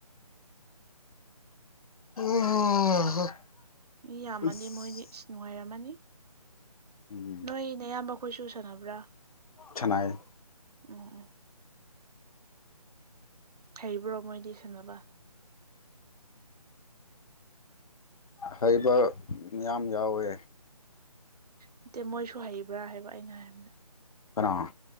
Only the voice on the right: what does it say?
ꯃꯤ ꯌꯥꯝꯃꯗꯤ
ꯃꯣꯏꯗꯤ ꯏꯁ ꯅꯨꯡꯉꯥꯏꯔꯝꯃꯅꯤ
ꯅꯣꯏ ꯅꯌꯥꯝꯕ ꯈꯣꯏꯁꯨ ꯁꯥꯟꯅꯕ꯭ꯔꯥ
<unintelligible> ꯍꯩꯕ꯭ꯔꯣ ꯃꯣꯏꯗꯤ ꯁꯥꯅꯕ
ꯅꯠꯇꯦ ꯃꯣꯏꯁꯨ ꯍꯩꯕ꯭ꯔꯥ ꯍꯥꯏꯕ ꯑꯩꯅ ꯍꯥꯏꯕꯅꯦ